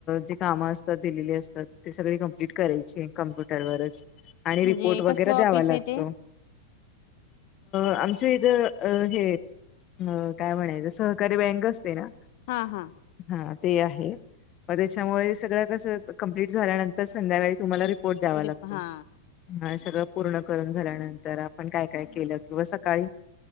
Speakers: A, on the left (about 30°); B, on the left (about 55°).
A: जे कामं असतात दिलेली असतात ते सगळे कमप्लीट करायची कम्प्युटरवरच आणि रिपोर्ट
B: म्हणजे
A: वगैरे
B: कसलं ऑफिस
A: द्यावा लागतो
B: आहे ते
A: आमच्या इथे अ हे काय म्हणायचं सहकारी बँक असते ना
B: हा हा
A: हा ते आहे मग त्याच्यामुळे सगळं कसं कंप्लीट झाल्यानंतर संध्याकाळी तुम्हाला रिपोर्ट द्यावा
B: तरी
A: लागतो
B: हा
A: ह सगळं पूर्ण करून झाल्यानंतर आपण काय काय केलं किंवा सकाळी